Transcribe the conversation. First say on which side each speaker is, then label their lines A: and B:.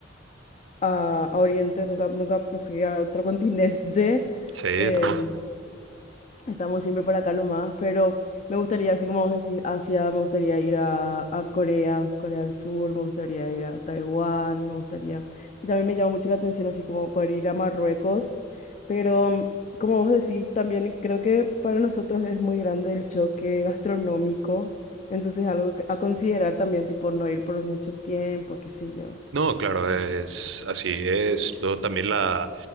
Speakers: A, on the left (about 35°); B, on the right (about 70°).
A: a, a Oriente. Nunca, nunca me fui a otro <laughs> continente.
B: sí, estamos.
A: Em, Estamos siempre por acá nomás, pero me gustaría, así como vos decís, Asia, me gustaría ir a, a Corea, Corea del Sur, me gustaría ir a Taiwán, me gustaría. Y también me llama mucho la atención, así como poder ir a Marruecos, pero como vos decís, también creo que para nosotros es muy grande el choque gastronómico, entonces algo que- a considerar también, tipo no ir por mucho tiempo, qué sé yo.
B: No, claro, es así, es lo, también la,